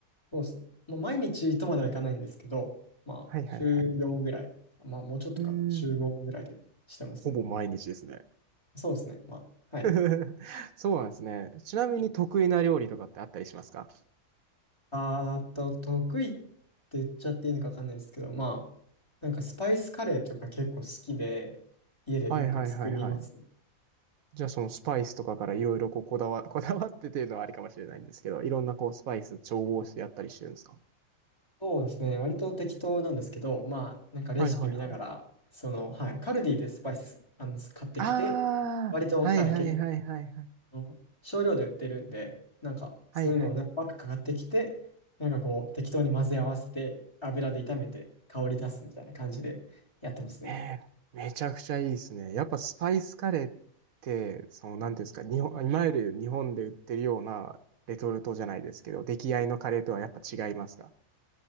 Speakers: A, on the left; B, on the right.
A: そうですね。もう毎日とまではいかないんですけど、まあ、
B: はいはいはい。
A: 週4ぐらい、まあ、もうちょっとかな、
B: うーん、
A: 週5ぐらいでしてますね。
B: ほぼ毎日ですね。
A: そうですね。まあ、はい。
B: <laughs> そうなんですね。ちなみに得意な料理とかってあったりしますか
A: あーと、得意って言っちゃっていいのかわかんないんですけど、まあ、なんかスパイスカレーとか結構好きで、家でよく作りますね。
B: はいはいはいはい。じゃあそのスパイスとかからいろいろこうこだわ、<laughs> こだわってっていうのはありかもしれないんですけど、いろんなこうスパイス調合してやったりしてるんですか
A: そうですね。割と適当なんですけど、まあ、なんかレシピ見ながら、
B: はいはいはい。
A: その、はい、カルディでスパイス、あの、買ってきて、
B: ああ、
A: 割と、
B: はいはいはいはいはい。
A: はい、結構あの少量で売ってるんで、なんかそういうのを何パックかかってきて、
B: はいはい。
A: なんかこう適当に混ぜ合わせて油で炒めて香り出すみたいな感じでやってますね。
B: へえ、めちゃくちゃいいですね。やっぱスパイスカレーって、その、なんていうんですか、日本、いわゆる日本で売ってるようなレトルトじゃないですけど、出来合いのカレーとはやっぱ違いますか